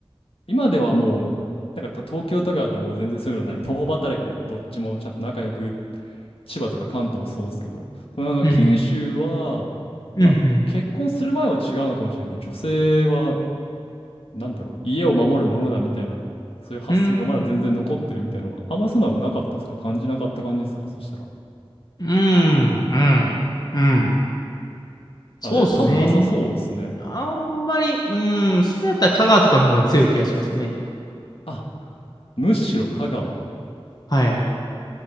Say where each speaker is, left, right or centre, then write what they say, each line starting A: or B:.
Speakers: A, on the left; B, on the left.
A: 今ではもう、なんか東京とかだともう全然そういうのない。共働きでどっちもちゃんと仲良く、千葉とか関東もそうですけど、でもなんか九州は、
B: うん。うん、
A: まあ結婚する前は違うのかもしれないけど、
B: うん。
A: 女性は、なんだろう、家を守るものだみたいな、そういう発想がまだ全然残ってるみたいなのは、
B: うん、
A: あんまそんなのなかったですか感じなかった感じですかそしたら。
B: うん、うん。うん。そうですね。
A: あ、じゃあ多分なさそうですね。
B: あんまり、うん、それだったら香川とかの方が強い気がしますね。
A: あ、むしろ香川。
B: はい。